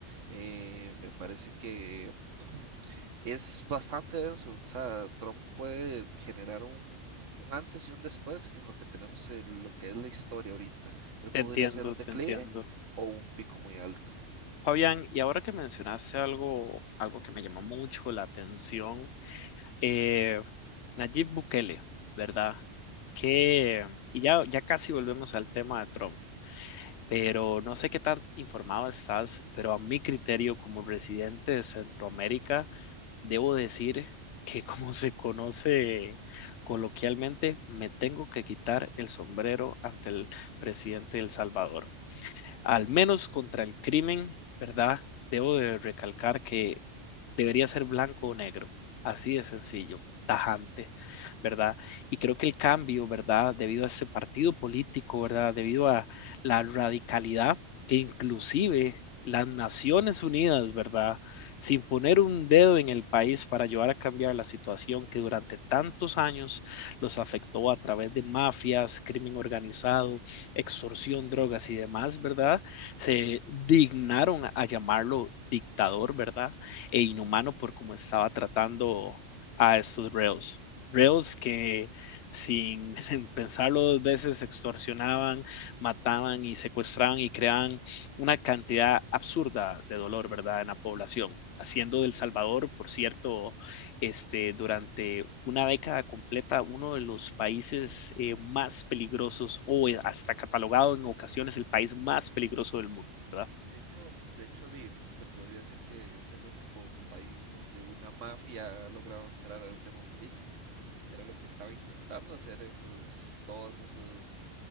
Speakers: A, on the right; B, on the left.
A: Eh, me parece que <clears throat> es bastante denso. O sea, Trump puede generar un, un antes y un después en lo que tenemos, en lo que es la historia ahorita. Él
B: Te
A: podría
B: entiendo,
A: ser un
B: te
A: declive
B: entiendo.
A: o un pico muy alto.
B: Fabián, y ahora que mencionaste algo, algo que me llamó mucho la atención, eh, Nayib Bukele, ¿verdad? Que, y ya, ya casi volvemos al tema de Trump, pero no sé qué tan informado estás, pero a mi criterio como residente de Centroamérica, debo decir que <laughs> como se conoce coloquialmente, me tengo que quitar el sombrero ante el presidente de El Salvador al menos contra el crimen, ¿verdad? Debo de recalcar que debería ser blanco o negro, así de sencillo, tajante, ¿verdad? Y creo que el cambio, ¿verdad? Debido a ese partido político, ¿verdad? Debido a la radicalidad que inclusive las Naciones Unidas, ¿verdad? Sin poner un dedo en el país para ayudar a cambiar la situación que durante tantos años los afectó a través de mafias, crimen organizado, extorsión, drogas y demás, ¿verdad? Se dignaron a llamarlo dictador, ¿verdad? E inhumano por cómo estaba tratando a estos reos. Reos que sin <laughs> pensarlo dos veces extorsionaban, mataban y secuestraban y creaban una cantidad absurda de dolor, ¿verdad?, en la población, haciendo del Salvador, por cierto, este, durante una década completa uno de los países eh, más peligrosos o hasta catalogado en ocasiones el país más peligroso del mundo, ¿verdad?
A: De hecho, de hecho, di- te podría decir que es el único país donde una mafia ha logrado entrar al tema político, que era lo que estaba intentando hacer esos, todos esos